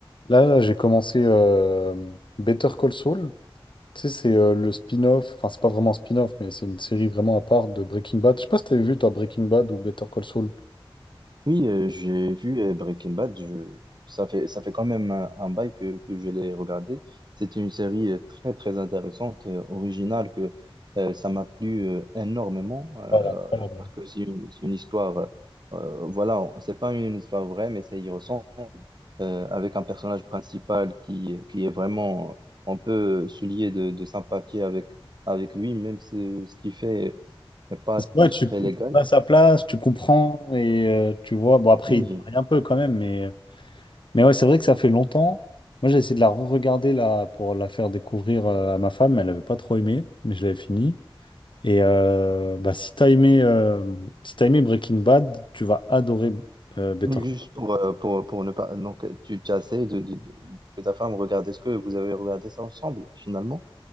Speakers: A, on the left; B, on the right.
A: Là, là, j'ai commencé euh, Better Call Saul. Tu sais, c'est euh, le spin-off, enfin, c'est pas vraiment un spin-off, mais c'est une série vraiment à part de Breaking Bad. Je sais pas si t'avais vu, toi, Breaking Bad ou Better Call Saul.
B: Oui, euh, j'ai vu euh, Breaking Bad. Je... Ça fait, ça fait quand même un, un bail que, que je l'ai regardé. C'était une série euh, très, très intéressante, euh, originale, que euh, ça m'a plu euh, énormément euh,
A: Ouais, elle est incroyable.
B: parce que c'est une, c'est une histoire, euh, voilà, on- c'est pas une histoire vraie, mais ça y ressemble euh, avec un personnage principal qui, qui est vraiment, on peut se lier de, de sympathie avec, avec lui, même si ce qu'il fait n'est pas
A: Parce que, ouais,
B: très
A: tu, tu
B: légal.
A: passes à place, tu comprends et euh, tu vois. Bon, après,
B: Oui,
A: il déraille un peu quand même, mais, mais ouais, c'est vrai que ça fait longtemps. Moi, j'ai essayé de la re-regarder là pour la faire découvrir euh, à ma femme. Elle n'avait pas trop aimé, mais je l'avais fini. Et euh, bah, si t'as aimé, euh, si t'as aimé Breaking Bad, tu vas adorer euh, Better
B: Donc, Juste pour, euh, pour, pour ne pas. Donc, tu, tu as essayé de, de- de- que ta femme regarde. Est-ce que vous avez regardé ça ensemble, finalement?